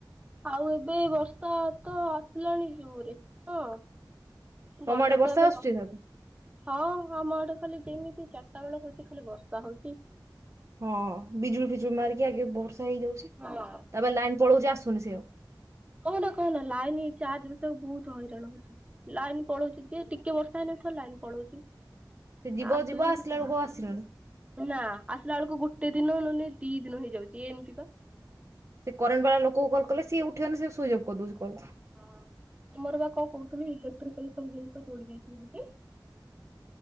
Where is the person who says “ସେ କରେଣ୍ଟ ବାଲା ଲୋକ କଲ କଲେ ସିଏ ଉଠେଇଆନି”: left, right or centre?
Right